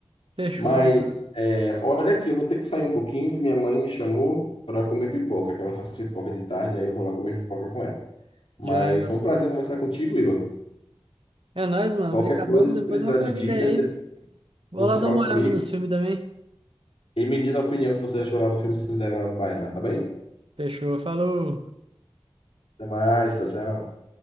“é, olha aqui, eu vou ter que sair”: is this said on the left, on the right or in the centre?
Left